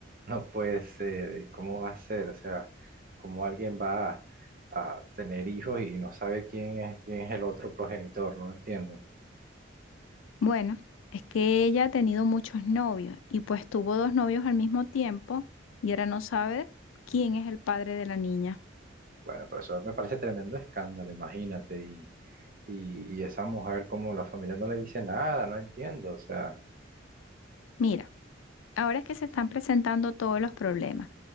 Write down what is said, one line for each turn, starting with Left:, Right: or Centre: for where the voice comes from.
Right: No puede ser, ¿cómo va a ser? O sea, ¿cómo alguien va a, a tener hijos y no sabe quién es, quién es el otro progenitor? No lo entiendo.
Left: Bueno, es que ella ha tenido muchos novios y pues tuvo dos novios al mismo tiempo y ahora no sabe quién es el padre de la niña.
Right: Bueno, pero eso me parece tremendo escándalo, imagínate. Y, y, y esa mujer, como la familia no le dice nada, no entiendo. O sea,
Left: Mira, ahora es que se están presentando todos los problemas.